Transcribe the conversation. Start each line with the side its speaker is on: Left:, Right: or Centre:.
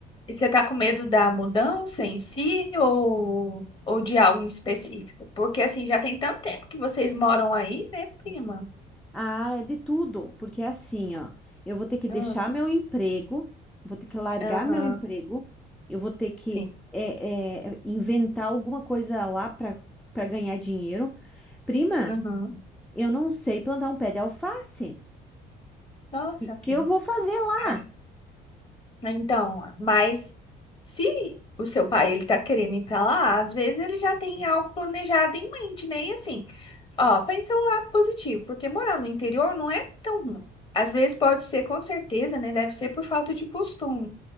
Left: e você tá com medo da mudança em si ou, ou de algo em específico? Porque, assim, já tem tanto tempo que vocês moram aí, né, prima?
Centre: Ah, é de tudo, porque é assim, ó. Eu vou ter que deixar
Left: Ah,
Centre: meu emprego, vou ter que largar
Left: Aham,
Centre: meu emprego, eu vou ter que
Left: sim.
Centre: é, é, inventar alguma coisa lá para para ganhar dinheiro. Prima,
Left: Aham.
Centre: eu não sei plantar um pé de alface.
Left: Nossa,
Centre: O que,
Left: prima.
Centre: que eu vou fazer
Left: Ai.
Centre: lá?
Left: né? Então, mas se o seu pai ele tá querendo ir para lá, às vezes ele já tem algo planejado em mente, né? E assim, ó, pensa um lado positivo, porque morar no interior não é tão ruim. Às vezes pode ser, com certeza, né? Deve ser por falta de costume.